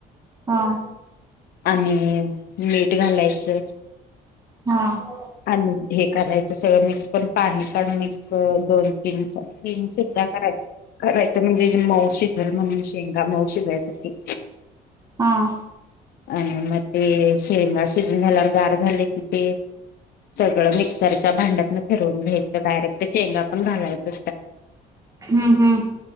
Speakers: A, on the right; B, on the left.
A: हा
B: आणि मीठ घालायचं.
A: <unintelligible>
B: आणि हे करायचं सगळं मिक्स पण पाणी काढून इतकं एक, दोन, तीन, तीन शिट्ट्या कराय करायचं म्हणजे जे मऊ शिजलं म्हणून शेंगा मऊ शिजायसाठी.
A: हां
B: आणि मग ते शेंगा शिजवून झाल्यावर गार झाल्या की ते सगळं मिक्सरच्या भांड्यातनं फिरवून घ्यायचं डायरेक्ट शेंगा पण घालायचं.
A: हम्म हम्म.